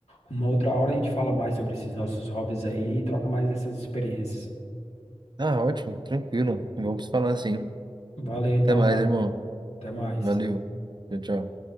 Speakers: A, on the left; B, on the right.
A: uma outra hora a gente fala mais sobre esses nossos hobbies aí e troca mais essas experiências.
B: Ah, ótimo, tranquilo. Vamos falar assim.
A: Valeu então,
B: Até mais,
A: cara.
B: irmão.
A: Até mais.
B: Valeu. Tchau, tchau.